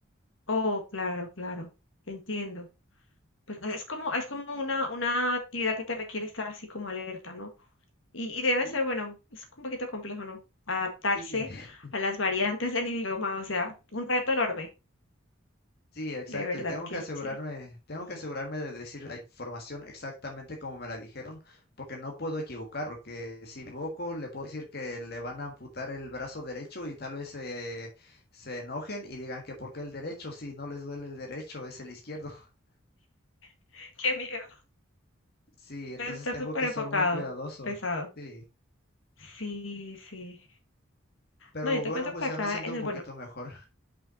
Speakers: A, on the left; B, on the left.
A: Oh, claro, claro. Entiendo. Pues, ah, es como es como una una actividad que te requiere estar así como alerta, ¿no? Y y debe
B: Y
A: ser, bueno, es un poquito complejo, ¿no? Adaptarse
B: Sí, <laughs>
A: a las variantes del idioma, o sea, un reto enorme,
B: sí, exacto.
A: de verdad
B: Y tengo
A: que
B: que asegurarme,
A: sí.
B: tengo que asegurarme de decir la información exactamente como me la dijeron, porque no puedo equivocar, porque si me equivoco le puedo decir que le van a amputar el brazo derecho y tal vez eh, se enojen y digan que por qué el derecho, si no les duele el derecho, es el izquierdo. <laughs>
A: <laughs> Qué miedo,
B: Sí, entonces
A: debe estar
B: tengo
A: súper
B: que
A: enfocado
B: ser muy cuidadoso.
A: pesado.
B: Sí,
A: Sí, sí.
B: pero
A: No, yo
B: bueno,
A: te cuento
B: pues
A: que
B: ya
A: acá
B: me siento
A: en
B: un
A: el
B: poquito
A: bueno,
B: mejor.